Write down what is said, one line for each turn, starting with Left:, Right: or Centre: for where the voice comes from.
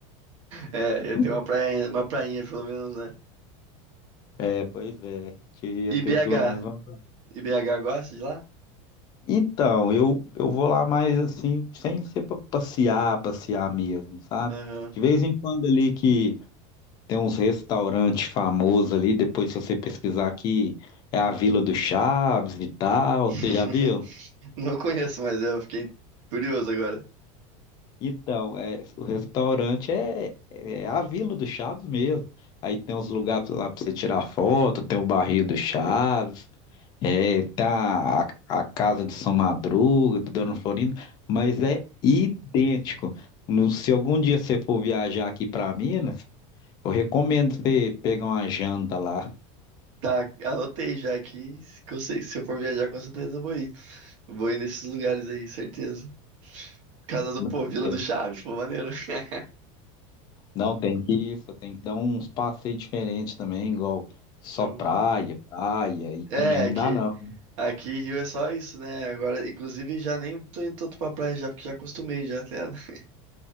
Right: É,
Left: <laughs>
Right: ia ter uma praia, uma prainha, pelo menos, né?
Left: É, pois é. Queria
Right: E
Left: ter
Right: BH?
Left: pelo menos uma.
Right: E BH gosta de lá?
Left: Então, eu, eu vou lá mais assim, sem ser pra passear, passear mesmo, sabe?
Right: Aham.
Left: De vez em quando ali que tem uns restaurantes famosos ali, depois se você pesquisar aqui, é a Vila do Chaves e tal,
Right: <laughs>
Left: você já viu?
Right: Não conheço, mas eu fiquei curioso agora.
Left: Então, é, o restaurante é, é a Vila do Chaves mesmo. Aí tem uns lugares lá pra você tirar foto, tem o barril do Chaves, é, tá a, a casa de São Madruga, do Dona Florinda, mas é idêntico. No- se algum dia você for viajar aqui pra Minas, eu recomendo você pegar uma janta lá.
Right: Tá, anotei já aqui, que eu sei, se eu for viajar, com certeza eu vou ir. Vou ir nesses lugares aí, certeza. Casa do
Left: Não
Right: Povo, Vila
Left: tem,
Right: do Chaves, pô, maneiro. <laughs>
Left: não tem que ir, só tem que dar uns passeios diferentes também, igual só
Right: Show.
Left: praia, praia, e também
Right: É, aqui,
Left: não dá não.
Right: aqui Rio é só isso, né? Agora, inclusive, já nem tô indo tanto pra praia já, porque já acostumei já até. <laughs>